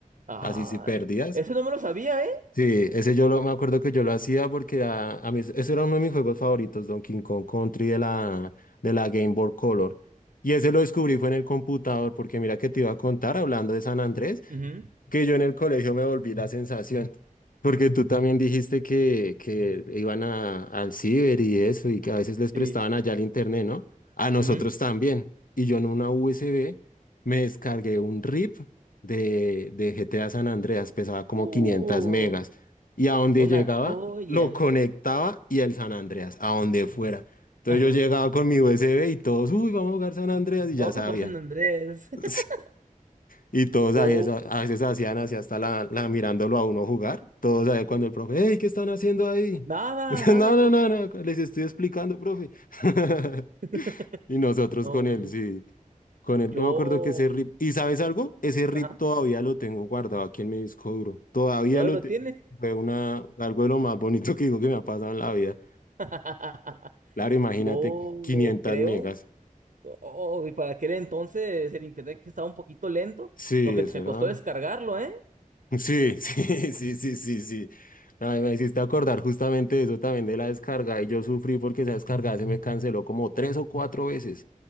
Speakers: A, on the right; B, on the left.
A: Ah,
B: así si perdías.
A: ese no me lo sabía, ¿eh?
B: Sí, ese yo lo, me acuerdo que yo lo hacía porque a, a mí ese era uno de mis juegos favoritos, Donkey Kong Country de la, de la Game Boy Color. Y ese lo descubrí fue en el computador, porque mira que te iba a contar, hablando de San Andrés,
A: Ujú,
B: que yo en el colegio me volví la sensación, porque tú también dijiste que, que iban a, al ciber y eso, y que a veces les
A: sí.
B: prestaban allá el internet, ¿no? A nosotros
A: ujú.
B: también. Y yo en una USB me descargué un RIP de, de GTA San Andreas, pesaba como
A: Uh,
B: 500 megas, y a donde
A: una
B: llegaba
A: joya.
B: lo conectaba y el San Andreas, a donde fuera. Entonces
A: <laughs>
B: yo llegaba con mi USB y todos, uy, vamos a jugar San Andreas, y ya
A: Vamos
B: sabían.
A: a jugar San Andrés. <laughs>
B: <laughs> Y todos
A: Yo.
B: ahí, esa- a veces hacían así hasta la, la mirándolo a uno jugar. Todos ahí cuando el profe, hey, ¿qué están haciendo ahí?
A: Nada,
B: <laughs>
A: nada,
B: No, no,
A: profe.
B: no, no, les estoy explicando, profe. <laughs>
A: <laughs>
B: Y nosotros
A: No.
B: con él, sí, con él.
A: Yo.
B: Yo me acuerdo que ese RIP, ¿y sabes algo? Ese RIP
A: Ajá.
B: todavía lo tengo guardado aquí en mi disco duro. Todavía
A: ¿Todavía
B: lo
A: lo
B: tengo.
A: tienes?
B: Fue una, algo de lo más bonito que digo que me ha pasado en la vida.
A: <laughs>
B: Claro, imagínate,
A: Yo
B: 500
A: creo.
B: megas.
A: Oh, y para aquel entonces el internet que estaba un poquito lento,
B: Sí,
A: lo que
B: eso
A: te
B: era.
A: costó descargarlo, ¿eh?
B: Sí, sí, <laughs> sí, sí, sí, sí. Ay, me hiciste acordar justamente de eso también de la descarga y yo sufrí porque esa descarga se me canceló como tres o cuatro veces,